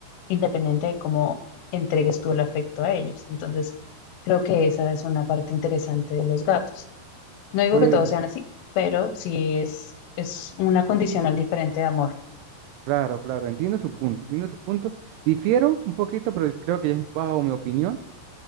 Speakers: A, on the left; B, on the right.
A: independiente de cómo entregues tú el afecto a ellos. Entonces, creo que esa es una parte interesante de los gatos. No digo
B: pues,
A: que todos sean así, pero sí es, es una condicional diferente de amor.
B: claro, claro, entiendo su punto, entiendo su punto. Difiero un poquito, pero es- creo que es bajo mi opinión,